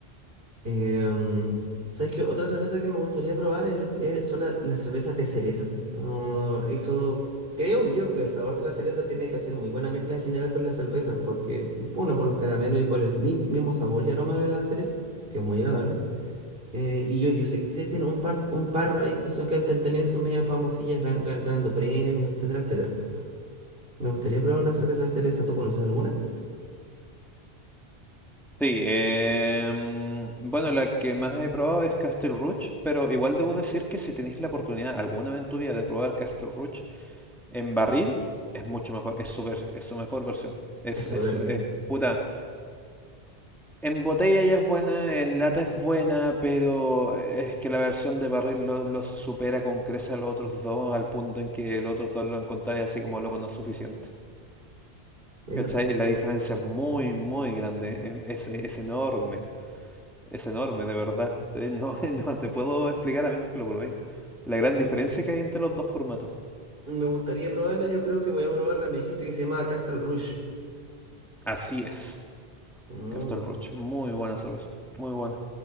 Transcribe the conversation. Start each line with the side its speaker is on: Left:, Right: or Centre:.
Right: Em, ¿sabes qué? Otra cerveza que me gustaría probar es, el- eh, son la- las cervezas de cereza. No, eso creo yo que el sabor de la cereza tiene que hacer muy buena mezcla en general con la cerveza, porque, bueno, por los caramelos y por el mi- mismo sabor y aroma de la cereza, que es muy agradable. Eh, y yo, yo sé que existen un par, un par ahí que son, que cantan también, son medio famosillas gan- gan- ganando premios, etcétera, etcétera. Me gustaría probar una cerveza cereza. ¿Tú conoces alguna?
Centre: Sí, em, bueno, la que más he probado es Castle Rouge, pero igual debo decir que si tenéis la oportunidad alguna vez en tu vida de probar Castle Rouge en barril, es mucho mejor, es su, ver- es su mejor versión. Es,
Right: Es soberbia.
Centre: es, su- es- puta, En botella ya es buena, en lata es buena, pero es que la versión de barril lo- los supera con creces a los otros dos, al punto en que los otros dos lo encontráis así como loco no es suficiente.
Right: Mira
Centre: ¿Cachai?
Right: tú.
Centre: La diferencia es muy, muy grande, es, es- es enorme, es enorme, de verdad. Te- No, <laughs> no te puedo explicar a menos que lo probéis. La gran diferencia que hay entre los dos formatos.
Right: Me gustaría probarla, yo creo que voy a probarla. Me dijiste que se llama Castle Rouge.
Centre: Así es.
Right: Mm,
Centre: Castel Roche, muy buena cerveza, muy buena,